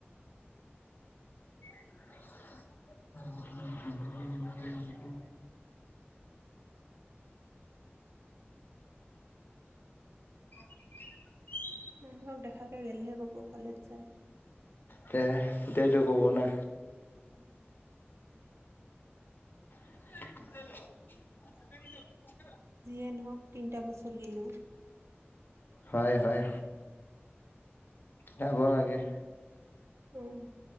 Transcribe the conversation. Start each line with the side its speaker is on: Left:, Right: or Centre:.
Left: <unintelligible> <unintelligible>
Right: মানুহক দেখাকে গেলহে ক'ব কলেজ যায়।
Left: তে সেইটাইতো ক'ব না।
Right: উম।
Left: <unintelligible>
Right: যিয়ে নহওক তিনিটা বছৰ গেলু।
Left: হয় হয়। যাব লাগে।
Right: উম।